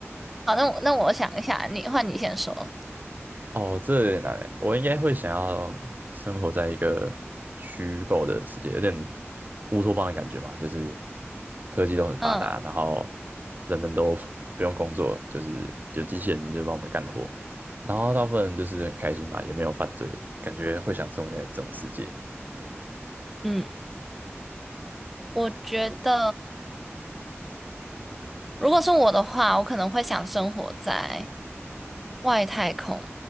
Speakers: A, in the centre; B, on the right.
A: 好，那我那我想一下，你换你先说。
B: 哦，这有点难诶，我应该会想要生活在一个虚构的世界，有点乌托邦的感觉嘛，就是科技都很发达，
A: 嗯
B: 然后人们都不用工作，就是有机器人就帮我们干活，然后大部分人就是很开心嘛，也没有犯罪，感觉会想生活在这种世界。
A: 嗯，我觉得。如果是我的话，我可能会想生活在外太空，